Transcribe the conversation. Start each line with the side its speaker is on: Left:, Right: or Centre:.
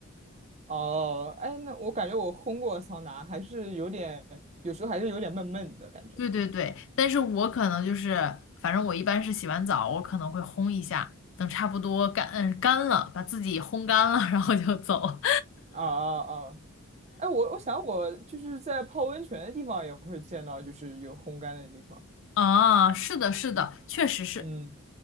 Right: 哦，哎，那我感觉我烘过桑拿，还是有点，有时候还是有点闷闷的感觉。
Left: 对对对，但是我可能就是，反正我一般是洗完澡，我可能会烘一下，等差不多干，嗯，干了，把自己烘干了，<laughs> 然后就走。
Right: 啊啊啊！哎，我我想我就是在泡温泉的地方也会见到，就是有烘干的地方。
Left: <laughs> 啊，是的，是的，确实是，
Right: 嗯。